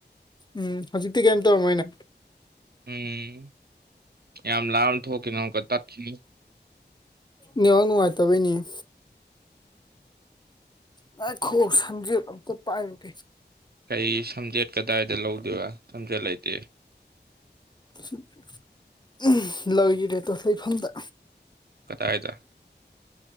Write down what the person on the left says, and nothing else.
ꯎꯝ ꯍꯧꯖꯤꯛꯇꯤ ꯀꯦꯏꯝ ꯇꯧꯔꯝꯃꯣꯏꯅꯦ
ꯅꯦꯋꯥꯔꯛ ꯅꯨꯡꯉꯥꯏꯇꯕꯩꯅꯦ ꯍꯨꯝ ꯉꯥꯏꯈꯣ ꯁꯝꯖꯦꯠ ꯑꯝꯇ ꯄꯥꯏꯔꯨꯒꯦ
ꯍꯨꯝ ꯎꯝ ꯂꯣꯏꯒꯤꯔꯦꯇꯨ ꯂꯩꯐꯝꯗ